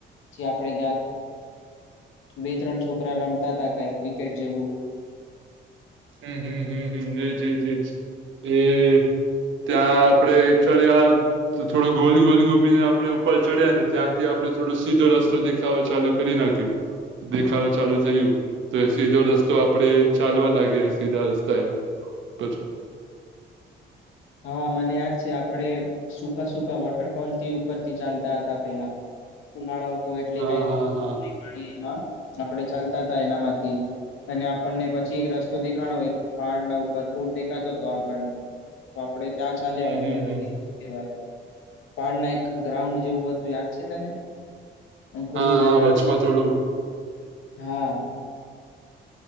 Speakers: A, on the left; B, on the right.
A: આપડે ગયા ત બે ત્રણ છોકરા રમતા હતા કઈ ક્રિકેટ જેવુ
B: હમ્મ હમ્મ હમ્મ હમ્મ એ જી જ જ એ ત્યાં આપડે ચર્યા તો થોડો ગોલ ગોલ ગૂમીને આપણેે ઉપર ચડ્યા ને ત્યાંથી આપણે થોડો સીધો રસ્તો દેખાવો ચાલુ કરી નાખ્યુ. દેખા ચાલુ થયું તો સીધો રસ્તો આપડણે ચાલવા લાગી. સીધા રસ્તા હ ઉપર
A: હા મને યાદ છે આપડે સુકા સકા વોટરફોલ થી ઉપરથી ચાલતા હતા પેલા. ઉનાળો હતો એટલે
B: હા
A: કઈકતું
B: હા હા
A: નહ પાણી એમાં આપણે ચાલતા તા એનામાંથી અને આપણને પછી એક રસ્તો દેખાણો એક પહાડના ઉપર ફૂટ દેખાતો હતો આપણને. તો આપડે ત્યાં ચાલ્યા
B: હમ
A: ઉપર
B: હમ હમ
A: શું કેવાય પહાડના એક ગ્રાઉન્ડ જેવું હતુ. યાદ છે તને ખુલ્લું
B: હા
A: મેદાન
B: હા વચમાં થોડું
A: હા